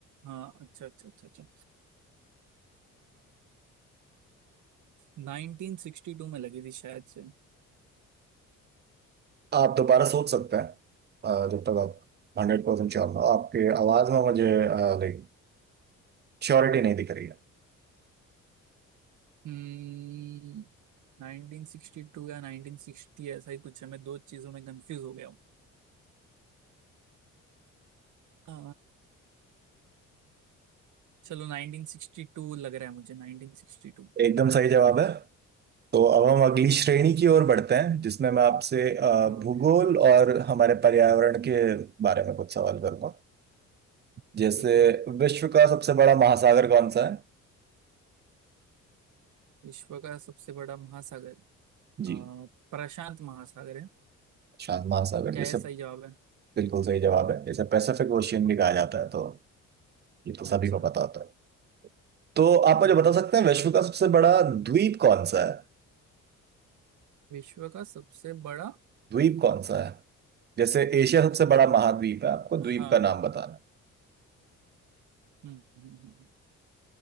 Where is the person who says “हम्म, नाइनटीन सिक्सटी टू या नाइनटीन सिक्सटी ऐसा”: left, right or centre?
Right